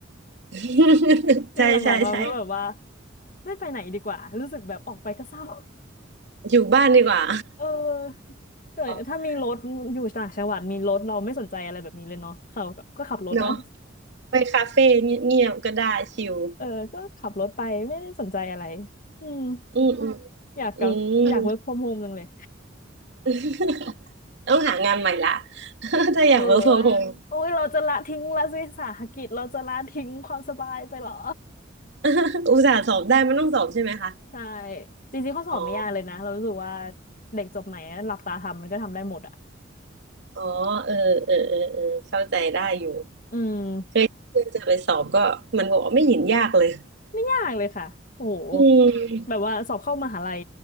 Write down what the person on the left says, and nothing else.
คือหลังๆเราก็แบบว่า
ไม่ไปไหนดีกว่ารู้สึกแบบออกไปก็เศร้า
เออเออถ้ามีรถอยู่ต่างจังหวัดมีรถเราไม่สนใจอะไรแบบนี้เลยเนาะเขาก็ก็ขับรถอ่ะ
เออก็ขับรถไปไม่ได้สนใจอะไรอืม
อยากกลับอยาก
work from home จังเลย
เออโอ้ยเราจะละทิ้งรัฐวิสาหกิจเราจะละทิ้งความสบายไปเหรอ
ใช่จริงๆข้อสอบไม่ยากเลยนะเรารู้สึกว่า
เด็กจบใหม่อะหลับตาทำมันก็ทำได้หมดอ่ะ
อืม
ไม่ยากเลยค่ะโอ้โห
แบบว่าสอบเข้ามหาลัย